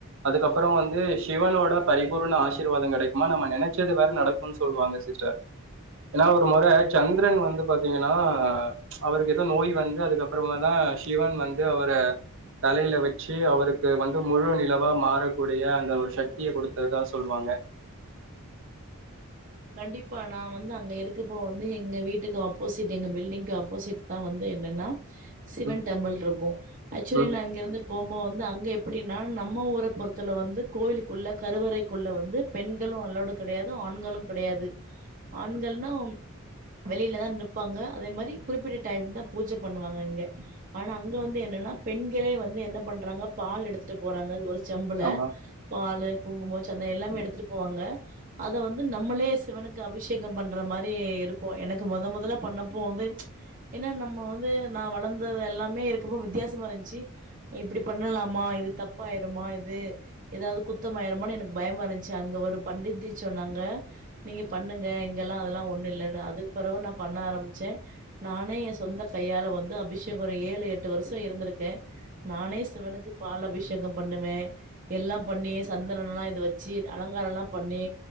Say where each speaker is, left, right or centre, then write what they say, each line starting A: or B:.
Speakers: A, on the right (about 60°); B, on the right (about 40°).
A: அதுக்கப்பறோ வந்து சிவனோட பரிபூர்ண ஆசிர்வாதோ கிடைக்குமா நம்ம நினைச்சது வேற நடக் சொல்லுவாங்க சிஸ்டர் ஏன்னா ஒரு முற சந்திரன் வந்து பாத்தீங்கன்னா அவருக்கு ஏதோ நோய் வந்து அதுக்கப்புறமா தா சிவன் வந்து அவர தலையில வச்சு அவருக்கு வந்து முழு நிலவா மாறக்கூடிய அந்த ஒரு சக்திய கொடுத்ததுதா சொல்லுவாங்க
B: கண்டிப்பா நா வந்து அங்க இருக்கப்போ வந்து எங்க வீட்டுக்கு ஆப்போசிட் எங்க பில்டிங்க்கு ஆப்போசிட் தா வந்து என்னன்னா சிவன்
A: ம்
B: டெம்பிள் இருக்கு ஆக்சுவலி
A: ம்
B: நா இங்கிருந்து போமோது வந்து அங்க எப்டின்னா நம்ம ஊர பொறத்துல வந்து கோயிலுக்குள்ள கருவறைக்குள்ள வந்து பெண்களு அல்லோடு கிடையாது ஆண்களு கிடையாது ஆண்கள்னா வெளியிலதா நிப்பாங்க அதே மாரி குறிப்பிட்ட டைம் தா பூஜ பண்ணுவாங்க அங்க ஆனா அங்க வந்து என்னன்னா பெண்களே வந்து என்ன பண்றாங்க பால் எடுத்துட்டு போறாங்க ஒரு செம்புல
A: ஆமா
B: பாலு குங்குமோ சந்த எல்லாமே எடுத்துட்டு போவாங்க அத வந்து நம்மளே சிவனுக்கு அபிஷேகம் பண்ற மாரி இருக்கு எனக்கு மொத மொதல்ல பண்ணப்போ வந்து ஏன்னா நம்ம வந்து நா வளர்ந்தது எல்லாமே இருக்கப்போ வித்தியாசமா இருந்துச்சு இப்டி பண்ணலாமா இது தப்பாயிருமா இது ஏதாவது குத்தமாயிரமானு எனக்கு பயமா இருந்துச்சு அங்க ஒரு பண்டித்ஜி சொன்னாங்க நீங்க பண்ணுங்க இங்கெல்லா அதல்லா ஒண்ணு இல்லன்னு அதுக் பிறவு நா பண்ண ஆரம்பிச்சே நானே என் சொந்த கையால வந்து அபிஷேகம் ஒரு ஏழு எட்டு வருஷோ இருந்திருக்கே நானே சிவனுக்கு பால் அபிஷேகம் பண்ணுவ எல்லா பண்ணி சந்தனோலா இது வச்சி அலங்காரலா பண்ணி